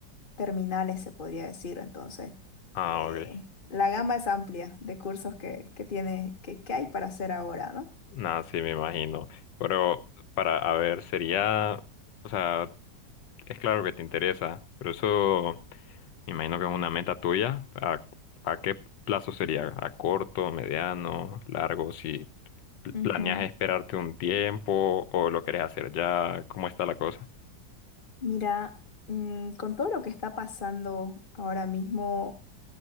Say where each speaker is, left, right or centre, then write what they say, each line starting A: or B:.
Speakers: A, on the left; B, on the left.
A: terminales, se podría decir. Entonces,
B: ah,
A: eh,
B: ok.
A: la gama es amplia de cursos que, que tiene, que, que hay para hacer ahora, ¿no?
B: Nada, sí, me imagino. Pero para, a ver, sería, o sea, es claro que te interesa, pero eso me imagino que es una meta tuya. ¿A, a qué plazo sería? ¿A corto, mediano, largo? Si pl-
A: Ujú.
B: planeas esperarte un tiempo o lo querés hacer ya, ¿cómo está la cosa?
A: Mira, mm, con todo lo que está pasando ahora mismo.